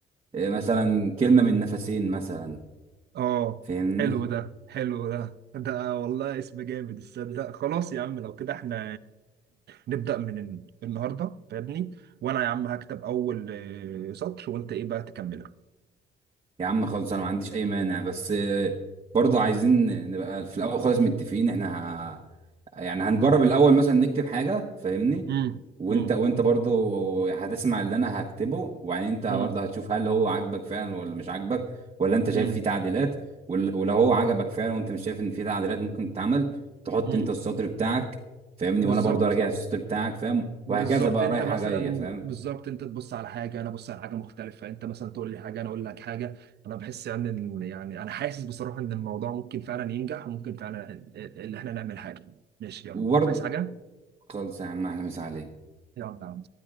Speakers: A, on the right (about 30°); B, on the right (about 55°).
A: إيه مثلا كلمه من نفسين مثلا
B: اه
A: فاهمني
B: حلو ده حلو ده ده والله اسم جامد تصدق خلاص يا عم لو كده احنا نبدأ من ال- النهارده فاهمني وانا يا عم هكتب اول آه، سطر وانت ايه بقى تكمله
A: يا عم خلاص انا ما عنديش اي مانع بس آه، برضه عايزين نبقى في الاول خالص متفقين احنا ه... يعني هنجرب الاول مثلا نكتب حاجه فاهمني
B: امم
A: وانت
B: امم
A: وانت برضه هتسمع اللي انا هكتبه وبعدين انت
B: امم
A: برضه هتشوف هل هو عاجبك فعلا ولا مش عاجبك ولا انت شايف
B: امم
A: فيه تعديلات ول- ولو هو عجبك فعلا وانت مش شايف ان فيه تعديلات ممكن تتعمل تحط
B: امم
A: انت السطر بتاعك فاهمني
B: بالظبط
A: وانا برضه راجع السطر بتاعك فاهم
B: بالظبط
A: وهكذا بقى
B: انت
A: رايحه
B: مثلا
A: جايه فاهم
B: بالظبط انت تبص على حاجه انا ابص على حاجه مختلفه انت مثلا تقول لي حاجه انا اقول لك حاجه انا بحس يعني ان يعني انا حاسس بصراحه ان الموضوع ممكن فعلا ينجح وممكن فعلا ان احنا نعمل حاجه ماشي يلا
A: وبرضه
B: عايز حاجه
A: خلص يا عم احلى مسا عليك
B: يلا يا عم